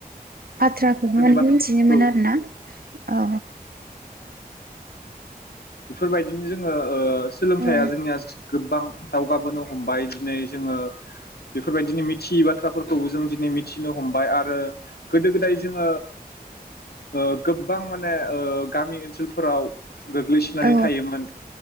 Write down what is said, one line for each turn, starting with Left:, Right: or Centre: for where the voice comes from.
Right: बाथ्राखौ माने
Left: बाथ्राफोरखौ
Right: मिथिनोमोनो आरो ना औ
Left: बेफोरबायदिनो जोङो ओ सोलोंथाइया
Right: औ
Left: जोंनिया गोबां दावगाबोनो हमबाय दिनै जोङो बेफोरबायदि मिथियै बाथ्राफोरखौबो जों दिनै मिथिनो हमबाय आर ओ गोदो गोदाय जोङो ओ गोबां माने ओ गामि ओनसोलफोराव गोग्लैसोनानै
Right: औ
Left: थायोमोन